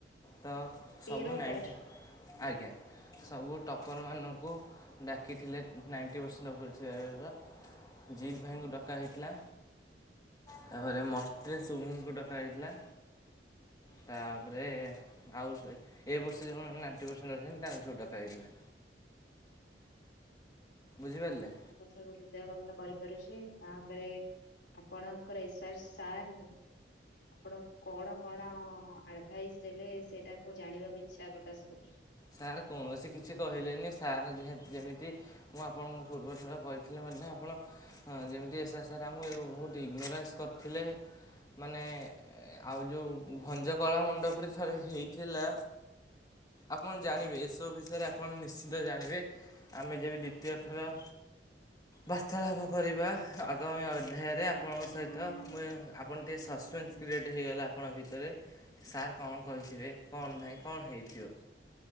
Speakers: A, on the left; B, on the left.
A: ତ
B: ତେର
A: ସବୁ ନାଇଣ୍ଟି।
B: ବାର
A: ଆଜ୍ଞା ସବୁ ଟପର୍ମାନାନଙ୍କୁ ଡାକିଥିଲେ ନାଇଣ୍ଟି ପରସେଣ୍ଟ ଉପଫରେ ର ଜିତ ଭାଇଙ୍କୁ ଡକା ହେଇଥିଲା ତାପରେ ମଷ୍ଟରେ ଶୁଭଙ୍କୁ ଡକ ଯାଇଥିଲା। ତାପରେ ଆଉ ଏ ବର୍ଷ ଯେଉଁମାନେ ନାଇଣ୍ଟି ପରସେଣ୍ଟ ରଖିଛନ୍ତି ତାଙ୍କୁ ସବୁ ଟଡା ହେଇଥିଲା। ବୁଝିପାରିଲେ।
B: କଥା ହୃଦୟ କାମନ କରିପାରୁଛି ତାପରେ ଆପଣଙ୍କର ଏସର୍ ସାର୍ ଆପଣ କଣ କଣ ଆଡଭାଇସ୍ ଦେଲେ ସେଇଟାକୁ ମୁ ଜାଣିବାକୁ ଇଚ୍ଛା ପ୍ରକାଶ କରୁଛି।
A: ସାର୍ କୌଣସି କିଛି କହିଲେନି ସାର୍ ଯେ ଯେମିତି ମୁଁ ଆପଣଙ୍କୁ ପୂର୍ବ ଠର କହିଥିଲି ମଧ୍ୟ ଆପଣ ହଁ ଯେମିତି ଏସ ସାର୍ ଆମକୁ ବହୁତ ଇଗନୋରାନ୍ସ କରିଥିଲେ ମାନେ ଆଉ ଯେଉଁ ଭଞ୍ଜକଳା ମଣ୍ଡପରେ ଥରେ ହେଇଥିଲା। ଆପଣ ଜାଣିବେ ଏସବୁ ବିଷୟରେ ଆପଣ ନିଶ୍ଚିନ୍ତ ଜାଣିବେ ଆମେ ଯେବେ ଦ୍ୱତୀୟ ଖେଳ ବାର୍ତ୍ତାଳାପ କରିବା ଆଗାମୀ ଅଧ୍ୟାୟରେ ଆପଣଙ୍କ ସହିତ ମୁ ଆପଣ ଟିକଏ ସସ୍ପେନ୍ସ କ୍ରିଏଟ୍ ହେଇଗଲା ଆପଣ ଭିତରେ। ସାର୍ କଣ କହିଥିବେ କଣ ନାହିଁ କଣ ହେଇଥିବ?